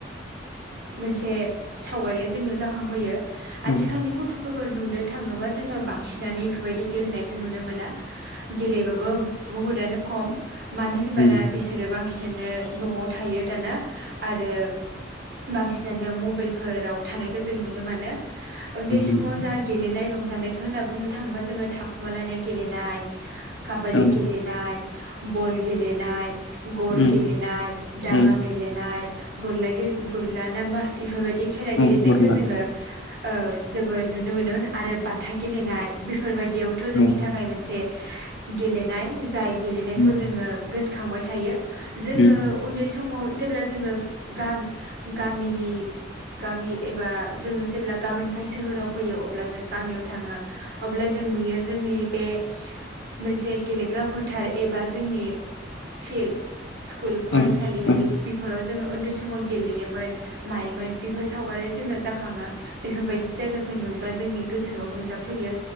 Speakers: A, on the right; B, on the left.
A: मोनसे सावगारिया जोंनियाव जाखांफैयो आथिखालनि
B: उम औ
A: गथ'फोरखौ नुनो थाङोबा जोङो बांसिनानो एफोरबायदि गेलेनायखौ नुनो मोना गेलेबाबो बुहुतआनो खम मानो
B: नंगौ
A: होनबाना बिसोरो बांसिन बिदिनो न'आव थायो दाना आरो बांसिनानो मबाइलफोराव थानायखौ जों नुनो मोनो। उन्दै समाव
B: औ
A: जा गेलेनाय रंजानाय जानायखौ होनना बुंनो थाङोबा जोङो थाखुमालायनाय गेलेनाय काबादि
B: औ
A: नाय बल गे गेलेनाय गर
B: उम
A: गेलेनाय दांङा
B: उम
A: गेलेनाय गरलाइ गेले गरला ना मा इफोरबायदि बे खेला
B: औ
A: गेलेनायखौ
B: बोरला
A: जोङो ओ जोबोद नुनो मोनदोंमोन आरो बाथा गेलेनाय। बे फोरबायदियाबोथ' जोंनि
B: औ
A: थाखाय मोनसे गेले नाय जायो गेलेनायखौ
B: उम
A: जोङो गोसो खांबाय थायो। जोङो
B: उम
A: उन्दै सम समाव जेब्ला जोङो गाम गामिनि गामि एबा जोङो जेब्ला गामिनिफ्राय सोहोराव फैयो अब्ला जों गामियाव थांङो अब्ला जों नुयो जोंनि बे मोनसे गेलेग्रा फोथार एबा जोंनि फिल्ड स्कुल फरायसालि
B: औ
A: फिलद
B: औ
A: बेफोराव जों जोङो उन्दै समाव गेलेयोमोन मायोमोन बेफोर सावगारिया जोंना जाखांङो बेफोरबायदि जायगाखौ नुयोबा जोंनि गोसोआव नुजाफैयो